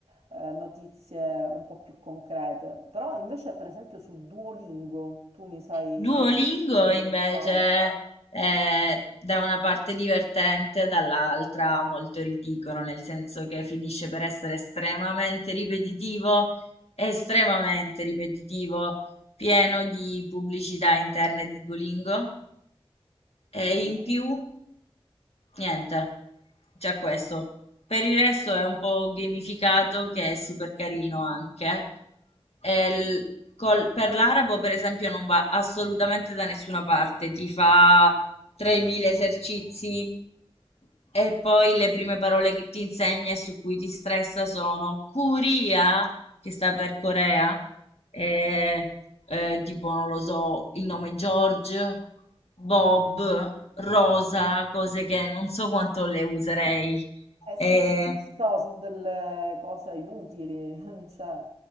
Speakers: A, on the right; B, on the left.
A: eh, notizie un po' più concrete. Però invece per esempio su Duolingo tu mi sai
B: Duolingo
A: indirizzare.
B: invece è da una parte divertente, dall'altra molto ridicolo, nel senso che finisce per essere estremamente ripetitivo, estremamente ripetitivo, pieno di pubblicità interne di Duolingo e
A: Mhm.
B: in più Niente, già questo. Per il resto è un po' gamificato che è super carino anche. E il- col- per l'arabo, per esempio, non va assolutamente da nessuna parte. Ti fa 3.000 esercizi e poi le prime parole che ti insegna e su cui ti stressa sono Curia, che sta per Corea, e eh, tipo, non lo so, il nome George, Bob, Rosa, cose che non so quanto le userei.
A: Eh
B: Eh,
A: sì, si fissa su delle cose inutili, <laughs> cioè.